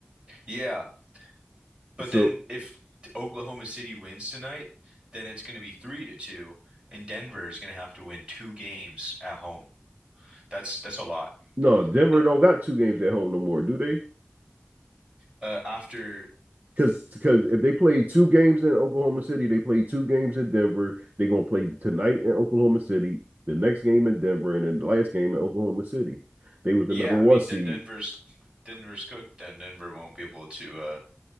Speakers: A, on the right; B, on the right.
A: Yeah, but
B: So
A: then if Oklahoma City wins tonight, then it's going to be three to two, and Denver is going to have to win two games at home. That's that's a lot.
B: no, Denver
A: And
B: don't got two games at home no more, do they?
A: uh, after,
B: Because because if they played two games in Oklahoma City, they played two games in Denver. They're gonna play tonight in Oklahoma City, the next game in Denver, and then the last game in Oklahoma City. They were the
A: yeah,
B: number
A: I
B: one
A: mean,
B: seed.
A: then Denver's Denver's cooked. Then Denver won't be able to. Uh,